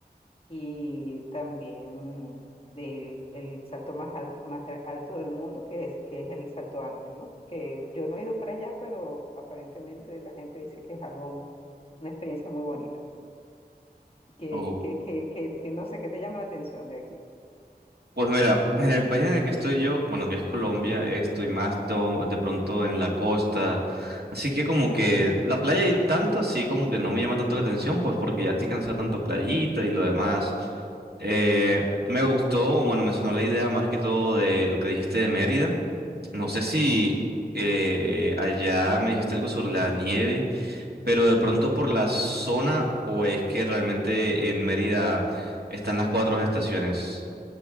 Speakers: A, on the left (about 35°); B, on the right (about 75°).
A: y también el, el salto más, al- más gra- alto del mundo, que es, que es el Salto Ángel, ¿no? Que yo no he ido para allá, pero aparentemente la gente dice que es algo, una experiencia muy bonita, que,
B: O...
A: que, que, que, que no sé, qué te llama la atención de aquí.
B: Pues mira, en el país en el que estoy yo, bueno, que es Colombia, estoy más to- de pronto en la costa, así que como que la playa y tanto, así como que no me llama tanto la atención, pues porque ya estoy cansado de tanto playita y lo demás. Eh, me gustó, bueno, me sonó la idea más que todo de lo que dijiste de Mérida. No sé si eh, allá me dijiste algo sobre la nieve, pero de pronto por la zona o es que realmente en Mérida están las cuatro estaciones.